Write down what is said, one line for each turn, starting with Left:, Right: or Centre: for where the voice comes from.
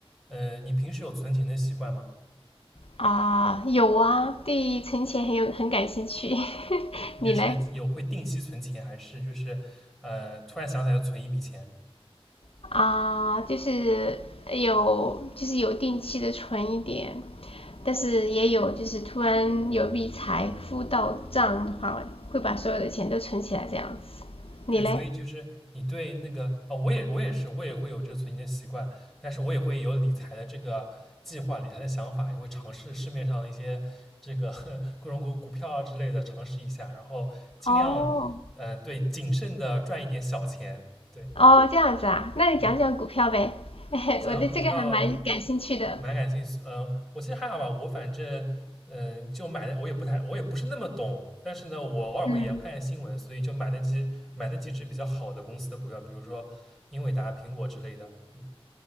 Centre: 呃，你平时有存钱的习惯吗？
Left: 啊，有啊，对存钱很有很感兴趣。<laughs>
Centre: 你就是有会定期存钱，
Left: 你嘞？
Centre: 还是就是呃突然想起来就存一笔钱？
Left: 啊，就是有就是有定期的存一点，但是也有就是突然有笔财富到账的话，会把所有的钱都存起来这样子。你嘞？
Centre: 对，所以就是你对那个啊、呃我也我也是，我也会有这个存钱的习惯，但是我也会有理财的这个计划、理财的想法，也会尝试市面上一些这个 <laughs> 各种股股票啊之类的尝试一下，然后尽量呃对谨慎的赚一点小钱。
Left: 哦，
Centre: 对，
Left: 哦，这样子啊，那你讲讲股票呗。
Centre: 嗯，
Left: <laughs>
Centre: 讲股票，
Left: 我对这个还蛮感兴趣的。
Centre: 蛮感兴趣。呃，我其实还好吧，我反正嗯、呃就买的我也不太，我也不是那么懂，但是呢，我偶尔会也看看新闻，
Left: 嗯。
Centre: 所以就买那几买那几只比较好的公司的股票，比如说英伟达、苹果之类的。嗯，